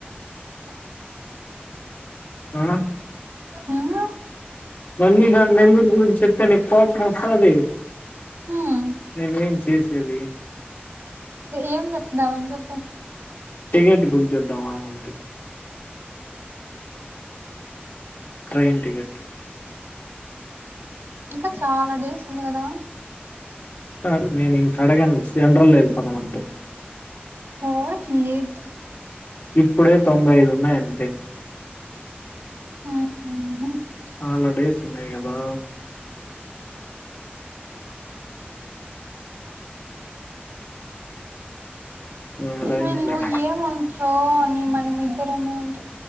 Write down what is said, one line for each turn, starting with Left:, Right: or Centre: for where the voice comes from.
Right: అ
Left: ఆ
Right: ఉమ్మ్
Left: మళ్ళీ గా నెల్లూరు గురించి ప్తే నీక్ కోపమొస్సాది
Right: ఉమ్
Left: నేనేం చేసేది.
Right: ఏం చెప్దామని చెప్పు.
Left: టిగెట్ బుక్ చేద్దామా అని అంతే. Train ticket.
Right: ఇంకా చాలా డేస్ ఉంది గదా.
Left: సార్ నేను ఇంకా అడగను, సెంట్రల్ లో వెళిపోతాం అంతే.
Right: హా నీధ్
Left: ఇప్పుడే తొంభై ఐదు ఉన్నాయి అంతే.
Right: హ్మ్మ్
Left: చాలా డేస్ ఉన్నాయి గదా. నేను అడగనులే
Right: వీళ్ళు ఏమంటారో అని మనమిద్దరము అంటే